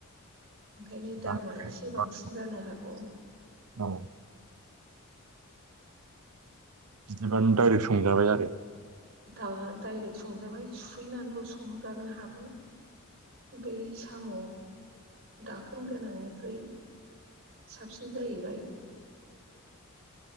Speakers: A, on the right (about 60°); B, on the right (about 80°).
A: ओंखायनो
B: बिदिबानो
A: दामा एसे बांसिन जानो हागौ।
B: औ बिदिबा नों डाइरेक्ट संजाबाय आरो।
A: दाला डायरेक्ट संजाबाय सुफैनानैल' संजानो हाबाय। बै साम' दाखोन गोनांनिख्रुइ साबसिन जाहैबाय।